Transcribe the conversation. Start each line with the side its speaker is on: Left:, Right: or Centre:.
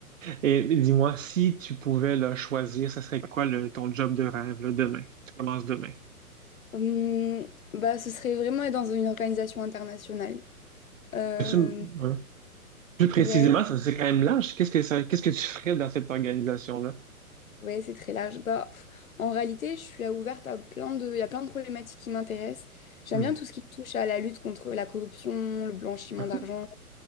Right: Et dis-moi, si tu pouvais là, choisir, ça serait quoi le, ton job de rêve là, demain? Tu commences demain.
Left: Hum, bah, ce serait vraiment être dans une organisation internationale. Euh,
Right: Peux-tu m- ouais. Plus précisément,
Left: ouais,
Right: ça c'est quand même large. Qu'est-ce que ça, qu'est-ce que tu ferais dans cette organisation-là?
Left: ouais, c'est très large. Bah, pff, en réalité, je suis ouverte à plein de, il y a plein de problématiques qui m'intéressent. J'aime
Right: Hmm.
Left: bien tout ce qui touche à la lutte contre la corruption, le blanchiment
Right: OK.
Left: d'argent.